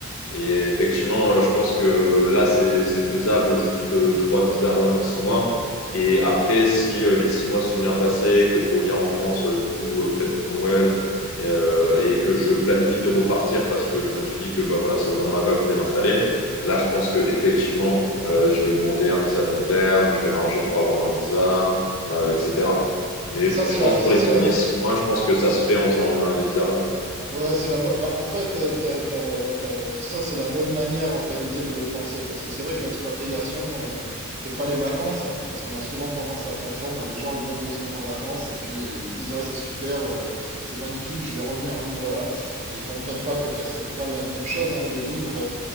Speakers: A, on the left (about 70°); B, on the right (about 35°).
A: Et effectivement, euh, je pense que là, c'est c'est faisable, juste euh, trois visa run en six mois. Et après, si euh, les six mois se sont bien passés, que je reviens en France, euh, du coup, euh, peut-être pour Noël, et, euh, et que je planifie de repartir parce que je me suis dit que bah, voilà, c'est vraiment là-bas que je voulais m'installer, là, je pense que effectivement, euh, je vais demander un visa long terme, je vais m'arranger pour avoir un visa, euh, etc. Mais
B: Ça, c'est
A: je
B: la,
A: pense
B: ça,
A: pour les
B: c'est
A: premiers
B: la,
A: six mois, je pense que ça se fait en faisant euh, des visa run.
B: ouais, c'est la, bo- bah, en fait, euh, t'as- t'as- t'as- ça, c'est la bonne manière, en réalité, de penser. Parce que c'est vrai que l'expatriation, euh, c'est pas les vacances, hein, parce qu'on a souvent tendance à confondre, hein. Les gens, ils vont deux semaines en vacances et puis euh, ils se disent, ah, c'est super, euh, c'est magnifique, je vais revenir vivre là. Et ils comprennent pas que, bah, c'est pas la même chose, hein, de vivre,